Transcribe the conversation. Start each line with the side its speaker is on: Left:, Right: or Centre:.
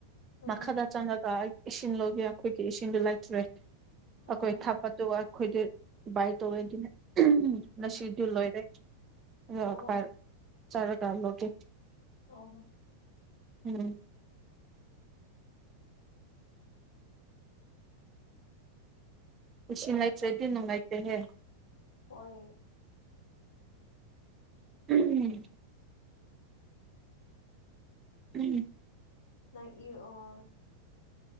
Left: ꯎꯝ
Right: ꯃꯈꯥꯗ ꯆꯪꯉꯒ ꯑꯩ ꯏꯁꯤꯡ ꯂꯧꯕꯒ ꯑꯩꯈꯣꯏꯒꯤ ꯏꯁꯤꯡꯗꯣ ꯂꯩꯇ꯭ꯔꯦ ꯑꯩꯈꯣꯏ
Left: ꯑꯣ
Right: ꯊꯥꯄ ꯑꯗꯨꯒ ꯑꯩꯈꯣꯏꯗꯤ ꯕꯥ ꯇꯧꯋꯦꯟꯗꯤꯅꯦ ꯎ ꯉꯁꯤꯗꯨ
Left: ꯎꯝ
Right: ꯂꯣꯏꯔꯦ ꯑꯗꯨꯒ
Left: ꯑꯣ
Right: ꯐ ꯆꯥꯔꯒꯂꯒꯦ
Left: ꯑꯣꯣ
Right: ꯎꯝ ꯏꯁꯤꯡ ꯂꯩꯇ꯭ꯔꯗꯤ ꯅꯨꯡꯉꯥꯏꯇꯦꯍꯦ
Left: ꯍꯣꯏ
Right: ꯎꯝ ꯎꯝ
Left: ꯅ ꯏ ꯑꯣ